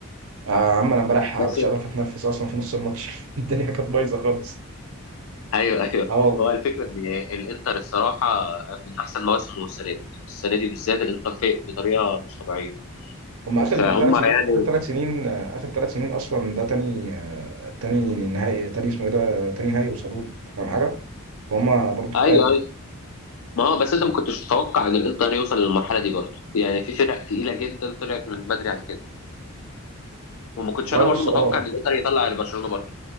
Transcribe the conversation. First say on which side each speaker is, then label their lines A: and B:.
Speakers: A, on the right (about 65°); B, on the left (about 65°).
A: يا عم انا امبارح
B: بس
A: كنتش قادر اتنفس اصلا في نص الماتش <laughs> الدنيا كانت بايظه خالص
B: ايوه ايوه
A: اه والله
B: هو الفكره ان الانتر الصراحه من احسن مواسمه السنه دي يعني السنه دي بالذات الانتر فايق بطريقه مش طبيعيه
A: هم اخر
B: فهم
A: ثلاث
B: يعني
A: سنين اخر ثلاث سنين اخر ثلاث سنين اصلا ده تاني آه، تاني نهائي تاني اسمه ايه ده تاني نهائي وصلوا له فاهم حاجه فهم برضه
B: ايوه
A: تقال
B: أيوه. ما هو بس انت ما كنتش تتوقع ان الانتر يوصل للمرحله دي برضه يعني في فرق تقيله جدا طلعت من بدري عن كده وما كنتش
A: والله
B: انا
A: بص
B: برضه متوقع
A: اه
B: ان الانتر يطلع على برشلونه برضه